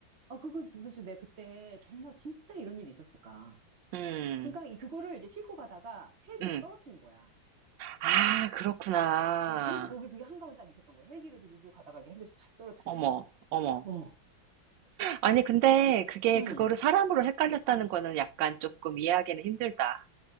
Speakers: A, on the right; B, on the right.
A: 아, 그거, 그거 내가 그때 정말 진짜 이런 일이 있었을까.
B: 음,
A: 그러니까 이- 그거를 이제 싣고 가다가 헬기에서
B: 음.
A: 떨어뜨린 거야.
B: 아, 그렇구나.
A: 어, 그래서 거기 그게 한가운데 딱 있었던 거야. 헬기로 들고 가다가 이렇게 헬기에서 툭 떨어뜨려가지고.
B: 어머, 어머.
A: 어,
B: 아니, 근데 그게
A: 응.
B: 그거를 사람으로 헷갈렸다는 거는 약간 조금 이해하기는 힘들다.